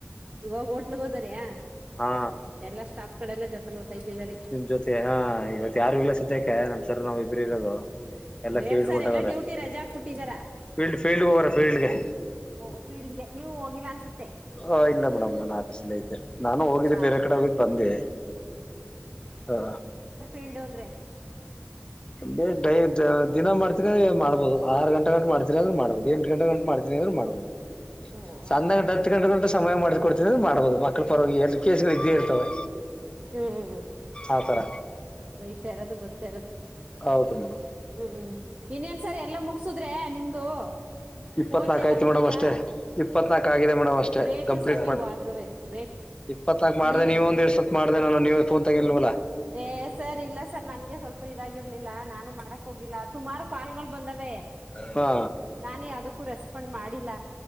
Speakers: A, on the right; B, on the left.
A: ಇವಾಗ ಹೋಟ್ಲ್ಗ್ ಹೋದಾರಯ
B: ಹಾ
A: ಎಲ್ಲಾ ಸ್ಟಾಫ್ ಗಳೆಲ್ಲಾ ಜೊತೆಲ್ಲ ಹೊತಾತಿದಿದ್ದಾರೆ
B: ನಿಮ್ ಜೊತೆ ಹಾ ಇವತ್ ಯಾರು ಇಲ್ಲ ಸ್ದಕ ನಮ್ಸರ್ ನಾವವು ಇಬ್ರು ಇರೋದು ಎಲ್ಲಾ ಫೀಲ್ಡ್
A: ಯಾಕ ಸರ್
B: ಹೊಂಟಾಗ್ರ
A: ಎಲ್ಲಾ ಡ್ಯೂಟಿ ರಜಾ ಹಾಕ್ಬಿಟ್ಟಿದಾರ
B: ಫೀಲ್ಡ್ ಫೀಲ್ಡ್ ಹೋಗ್ರ ಫೀಲ್ಡ್ಗೆ
A: ಓಹ ಫೀಲ್ಡ್ಗೆ ನೀವು ಹೋಗಿಲ್ಲ ಅನ್ಸುತ್ತೆ
B: ಹ ಇಲ್ಲ ಮೇಡಮ್ ನನ್ ಆಫೀಸ್ಲ್ಲ ಐತೆ ನಾನು ಹೋಗಿದ್ದೆ
A: ಹಾ
B: ಬೇರೆ ಕಡೆ ಹೋಗಿದ್ದ ಬಂದೆ ಹ
A: ೀಲ್ಡ್ೋದ್ರೆ
B: ಬಡ ದಿನ ಮಾಡ್ತೀನ ಅ ಮಾಡಬೋದು ಆರು ಗಂಟ ಗಂು ಮಾಡ್ತೀನ ಅಂದ್ರರು ಮಾಡಬೋುದು ಎಂಟು ಗಂಟೆ ಗಂು ಮಾಡ್ತೀನಿ ಅಂದರು ಮಾಡ್ಬೋದು
A: ಹ್ಮ್
B: ಸಂದ
A: ಆತರ
B: ಕ ಹ ಗಂಟಗಳ ಸಮಯ ಮಾಡ್ಕೊಡ್ತಿದ ಮಾಡ್ಬಹದು ಮಕ್ಳು ಪರವಾಗಿ ಎ ಕೇಸ್ಗಳು ಇದ್ದೇ ಇರ್ತವೆ
A: ಹ್ಮ ಹ್ಮ
B: ಆತರ
A: ಒಯ್ತಾ ಇರೋದು ಬರ್ತಾ ಇರೋದು
B: ಹೌದು ಮ
A: ಹ್ಮ್ ಹ್ಮ್ ಇನ್ನೇನ್ಸರ್ ಎಲ್ಲಾ ಮುಗಸುದ್ರೆ ನಿಮ್ದು
B: ಇಪ್ಪತ್ನಾಕ
A: ಫೋನ್ ಎಲ್ಲಾ
B: ಆಯ್ತು
A: ಮುಗೀತಾ
B: ಮೇಡಮ್ ಅಷ್ಟೇ ಇಪ್ಪತ್ನಾಕ ಆಗಿದೆ ಮೇಡಮ್ ಅಷ್ಟೇ
A: ಗ್ರೇಟ್
B: ಕಂಪ್ಲೀಟ್
A: ಸರ್ ನೀವು
B: ಮಾಡ
A: ಆದ್ರುವೆ ಗ್ರೇಟ್
B: ಇಪ್ಪತ್ನಾಕಕ್ ಮಾಡಿದೆ
A: ನೀವು
B: ನೀವ ಒಂದ ಎರಡ್ ಸತ್ ಮಾಡಿದೆ ನಾನು ನೀವ ಫೋನ್ ತಗಲ್ವಲ್ಲ
A: ಏ ಸರ್ ಇಲ್ಲ ಸರ್ ನನ್ಗೆ ಸ್ವಲ್ಪ ಇದಾಗಿರ್ಲಿಲ್ಲ ನಾನು ಮಾಡಕ್ ಹೋಗಿಲ್ಲ ಸುಮಾರು ಕಾಲ್ಗಳು ಬಂದಾವೆ
B: ಹಾ
A: ನಾನೇ ಅದಕ್ಕೂ ರೆಸ್ಪಾಂಡ್ ಮಾಡಿಲ್ಲ